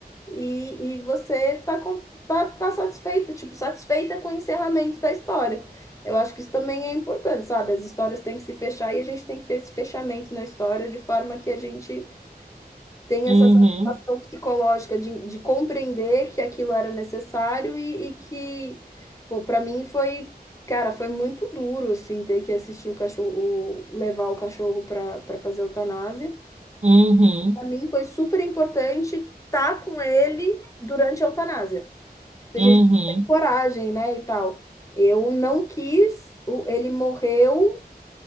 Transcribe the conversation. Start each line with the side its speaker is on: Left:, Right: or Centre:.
Left: e, e você tá, com, tá, tá satisfeita, tipo, satisfeita com o encerramento da história. Eu acho que isso também é importante, sabe? As histórias têm que se fechar e a gente tem que ter esse fechamento na história de forma que a gente tem
Right: Uhum.
Left: essa satisfação psicológica de, de compreender que aquilo era necessário e, e que, pô, para mim foi, cara, foi muito duro, assim, ter que assistir o cachorro, o- levar o cachorro para para fazer a eutanásia.
Right: Uhum.
Left: Para mim foi super importante estar com ele durante a eutanásia. Tem
Right: Uhum.
Left: gente que não tem coragem, né, e tal. Eu não quis, o- ele morreu